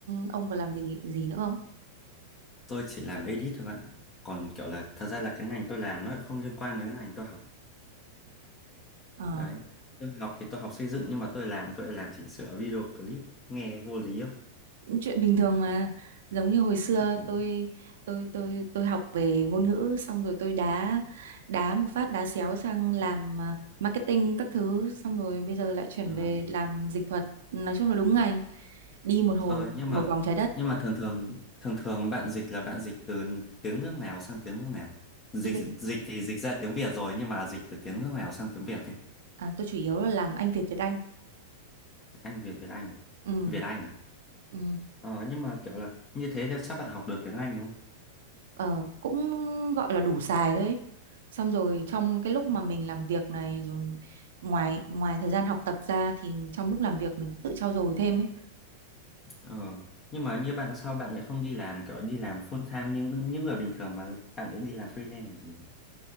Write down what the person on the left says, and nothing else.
tôi chỉ làm edit thôi bạn ạ còn kiểu là thật ra là cái ngành tôi làm nó lại không liên quan với cái ngành tôi học
đấy tôi học thì tôi học xây dựng nhưng mà tôi làm tôi lại làm chỉnh sửa video clip nghe vô lý không
đấy.
ờ
Ờ, nhưng
mà
nhưng mà thường thường thường thường bạn dịch là bạn dịch từ tiếng nước nào sang tiếng nước nào dịch
dịch thì dịch ra tiếng Việt rồi nhưng mà dịch từ tiếng nước nào sang tiếng Việt đi
Anh Việt Việt Anh à?
Việt Anh à
ờ nhưng mà kiểu là như thế thì chắc bạn học được tiếng Anh đúng
không
Ờ. Nhưng mà như bạn sao bạn lại không đi làm kiểu đi làm full time như những những người bình thường mà bạn lại đi làm freelance làm gì nhỉ?